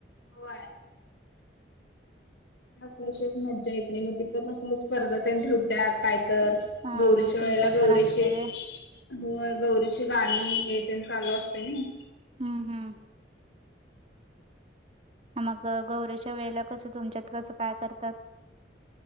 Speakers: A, on the left (about 75°); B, on the right (about 35°).
A: होय कल्याशच मजा येत नाही मग तिं क स्पर्धा त्या ठेवत्या काय तर
B: हा
A: गौरीच्या
B: हा तुमच्यात
A: वेळेला गौरीचे
B: पण असतंय व्हय
A: हो गौरीची गाणी हे पण चालू असते ना
B: हम्म हम्म मग गौरीच्या वेळेला कस तुमच्यात कसं काय करतात